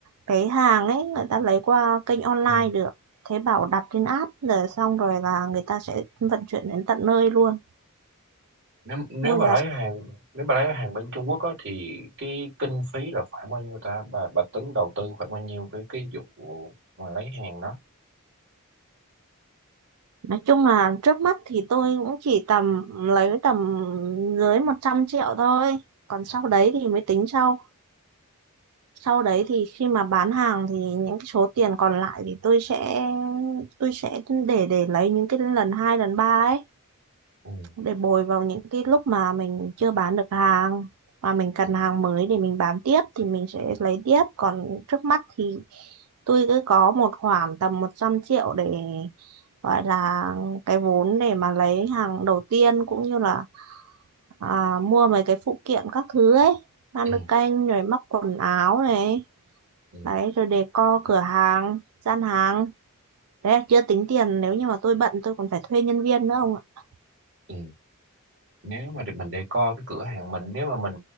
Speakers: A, on the right; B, on the right.
A: cái hàng ấy người ta lấy qua kênh online
B: Ừ.
A: được thế bảo đặt trên app rồi xong rồi là người ta sẽ vận chuyển đến tận nơi luôn
B: Nếu nếu
A: mua
B: bà
A: giá
B: lấy hàng nếu bà lấy hàng bên Trung Quốc á, thì cái kinh phí là khoảng bao nhiêu ta? Bà bà tính đầu tư khoảng bao nhiêu cái cái vụ mà lấy hàng đó?
A: nói chung là trước mắt thì tôi cũng chỉ tầm lấy tầm dưới 100 triệu thôi còn sau đấy thì mới tính sau sau đấy thì khi mà bán hàng thì những cái số tiền còn lại thì tôi sẽ tôi sẽ để để lấy những cái lần hai lần ba ấy
B: Ừ.
A: để bồi vào những cái lúc mà mình chưa bán được hàng và mình cần
B: Ừ.
A: hàng mới để mình bán tiếp thì mình sẽ lấy tiếp còn trước mắt thì tôi cứ có một khoản tầm 100 triệu để gọi là cái vốn để mà lấy hàng đầu tiên cũng như là à, mua mấy cái phụ kiện các thứ ấy ban
B: Ừ.
A: nước canh rồi móc quần áo này
B: Ừ.
A: đấy rồi decor cửa hàng gian hàng đấy chưa tính tiền nếu như mà tôi bận tôi còn phải thuê nhân viên nữa ông ạ.
B: ừ. nếu mà để- mình decor cái cửa hàng mình nếu mà mình